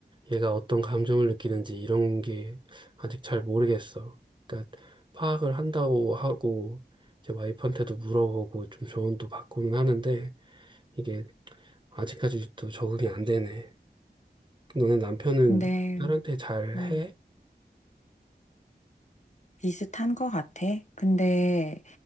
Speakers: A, on the right (about 25°); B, on the left (about 45°).
A: 얘가 어떤 감정을 느끼는지 이런 게 아직 잘 모르겠어. 그러니까 파악을 한다고 하고 제 와이프한테도 물어보고 좀 조언도 받고는 하는데 이게 아직까지도 적응이 안 되네. 너네 남편은
B: 근데,
A: 딸한테 잘
B: 음,
A: 해?
B: 비슷한 것 같아. 근데